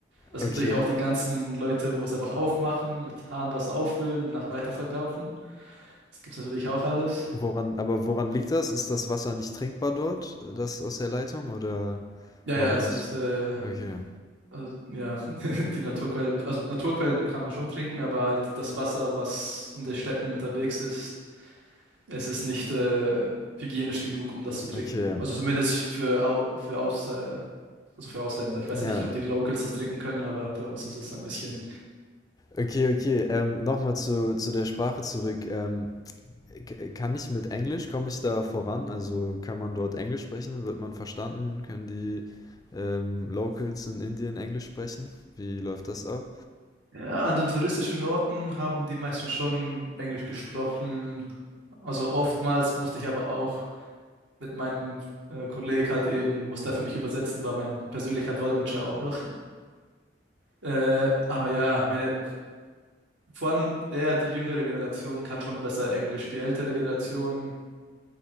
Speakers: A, on the right; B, on the left.
A: Das
B: okay.
A: gibt natürlich auch die ganzen Leute, wo es einfach aufmachen, mit Hahnwasser auffüllen, nach weiterverkaufen. Das gibt's natürlich auch alles.
B: Woran, aber woran liegt das? Ist das Wasser nicht trinkbar dort, das aus der Leitung? Oder
A: Ja,
B: warum
A: ja, es
B: muss.
A: ist äh,
B: Okay,
A: Also, ja, <laughs> die Naturquellen, also Naturquellen kann man schon trinken, aber halt das Wasser, was in den Städten unterwegs ist, es ist nicht äh, hygienisch genug, um das zu trinken.
B: okay.
A: Also zumindest für, Au für, Aus äh, also für Ausländer. Ich weiß
B: Ja.
A: ja nicht, ob die Locals das trinken können, aber für uns ist es ein bisschen.
B: Okay, okay. Ähm, nochmal zu, zu der Sprache zurück. Ähm, k- kann ich mit Englisch, komme ich da voran? Also kann man dort Englisch sprechen? Wird man verstanden? Können die ähm, Locals in Indien Englisch sprechen? Wie läuft das ab?
A: Ja, an den touristischen Orten haben die meisten schon Englisch gesprochen. Also oftmals musste ich aber auch mit meinem äh, Kollegen halt eben, musste er für mich übersetzen, war mein persönlicher Dolmetscher auch noch. Äh, aber ja, meine, vor allem eher die jüngere Generation kann schon besser Englisch. Die ältere Generation,